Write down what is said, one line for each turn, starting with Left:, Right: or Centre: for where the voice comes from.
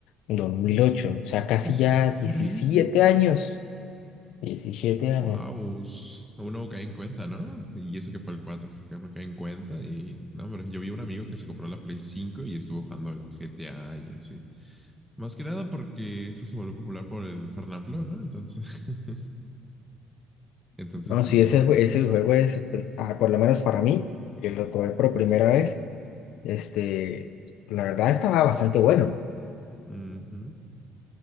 Left: dos mil ocho o sea, casi
Centre: Pues
Left: ya 17
Centre: por ahí, ¿no?
Left: años, 17 años.
Centre: Wow, aún no caí en cuenta, ¿no? Y eso que fue el 4 que aún no caí en cuenta y no, hombre, yo vi un amigo que se compró la Play cinco y estuvo jugando al GTA y así. Más que nada porque esto se volvió popular por el Fernanfloo, ¿no? Entonces, <laughs> entonces
Left: No,
Centre: pues
Left: sí,
Centre: sí.
Left: ese, jue- ese juego es, pues, ah, por lo menos para mí, que lo probé por primera vez. Este, la verdad estaba bastante bueno.
Centre: Ujú.